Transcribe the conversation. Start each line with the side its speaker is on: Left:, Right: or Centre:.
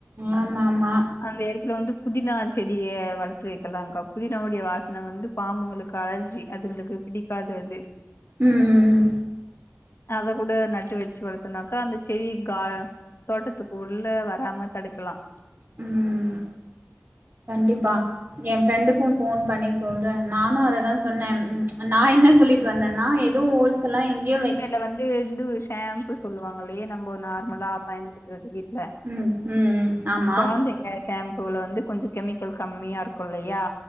Right: ஆமா ஆமா
Left: அந்த இடத்துல வந்து புதினா செடியே வளத்து வக்கலாக்கா புதினாயோடைய வா சன் வந்து பாம்புங்களுக்கு அலர்ஜி அதுங்களுக்கு புடிக்காது அது
Right: ம்
Left: அத கூட நட்டு வச்சு வளத்தனாக்க அந்த செடி கா தோட்டத்துகுள்ள வராம தடுக்கலா ஆ
Right: ம் கண்டிப்பா ஏ ஃப்ரெண்டுக்கு போன் பண்ணி சொல்ற நானு அததா சொன்னே நா என்ன சொல்லி ட்டு வந்தன்னா எதுவு ஓல்ஸ் எல்லா எங்கையு
Left: இதுல வந்து இந்து ஷேம்பு சொல்லுவாங்கல்லையா நம்ம நார்மலா பய ன்படுத்தறது வீட்ல
Right: ம் ம் ம் ஆமா
Left: கொழந்தைங்க ஷாம்பூல வந் கொஞ்ச கெமிக்கல் கம்மியா இருக்கு இல்லையா